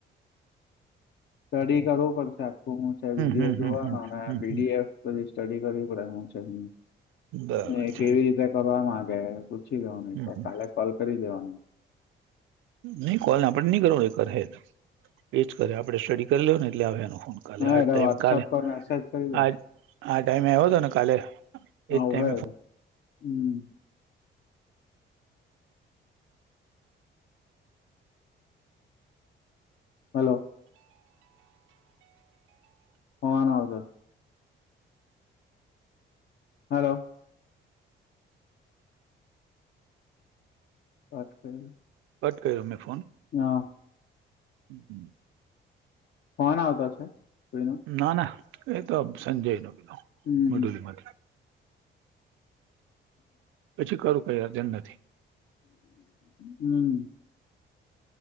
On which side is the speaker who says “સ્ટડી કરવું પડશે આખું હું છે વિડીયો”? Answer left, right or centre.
Left